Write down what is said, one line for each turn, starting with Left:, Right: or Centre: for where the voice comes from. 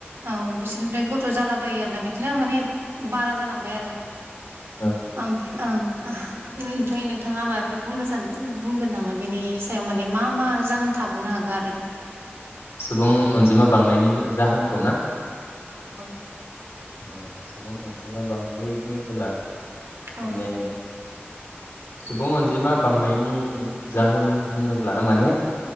Right: औ बिसोरनिफ्राय गथ' जालाबायो आरोना बिदिनो माने बारा जालांबाय आरो
Left: औ
Right: <unintelligible> ओं ओह इनफाय नोंथाङा मायबाफोर बुंनो सान उम बुंगोन नामा बिनि सायाव माने मा मा जाहोन थाबावनो हागो आरो
Left: सुबुं अनजिमा बांनायनि जाहोनखौ ना
Right: औ औ
Left: ओ सुबुं अनजिमा बांनाय बुंङोबोला
Right: औ
Left: माने सुबुं अनजिमा बांनायनि जाहोन होनोब्ला माने